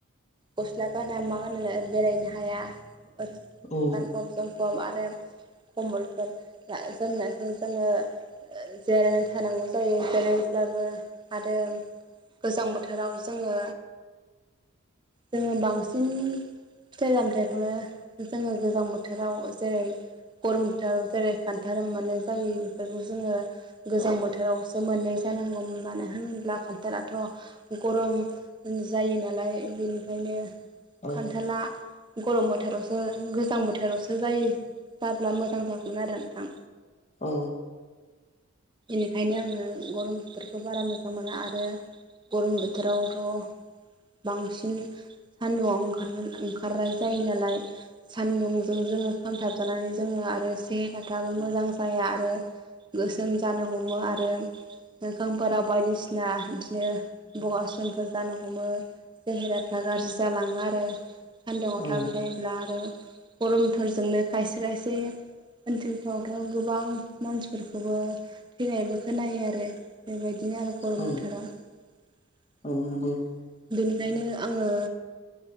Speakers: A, on the right (about 20°); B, on the left (about 35°).
A: गस्ला गाना मा गानोनो बेरायनो हाया। आओर
B: औ
A: गानफब जोमफब आरोे खम्बलफोर जोमनायजों जोङो ओ जेरायनानै थानांगौ जायो। बेरायहैब्लाबो आरो गोजां बोथोराव जोङो जोङो बांसिन फिथाइ सामथाइखौनो जोङो गोजां बोथोराव जेरै गरम बोथाराव जेरै खान्थाल मोननाय जायो बेफोरखौ जोङो गोजां बोथोराव मोननाय जानांगौमोन मानो होनोब्ला खान्थालाथ' गरम जायो नालाय बेनिखायनो
B: औ
A: खान्थाला गरम बोथोरावसो गोजां बोथोरावसो जायो। जाब्ला मोजां जागौमोन आरो नोंथां।
B: औ।
A: बेनिखायनो आङो गरम बोथोरखौ बारा मोजां मोना आरो गरम बोथोरावथ' बांसिन सान्दुंआव ओंखार ओंखारनाय जायो नालाय सान्दुंजों जोङो खामथाब जानानै जोङो आरो से हेराफ्राबो मोजां जाया आरो गोसोम जानो हमो आरो मोखांफोराव बायदिसिना इदिनो बगास्रोमफोर जानो हमो सेहेराफ्रा गाज्रि जालाङो आरो। सान्दुङाव
B: औ
A: थाबाय थायोब्ला आरो गरमफोरजोंनो खायसे खायसे ओनसोलफ्रावथ' गोबां मानसिफोरखौबो थैनायबो खोनायो आरो ओ बेबायदिनो आरो गरम
B: औ
A: बोथोराव।
B: औ नंगौ
A: बेनिखायनो आङो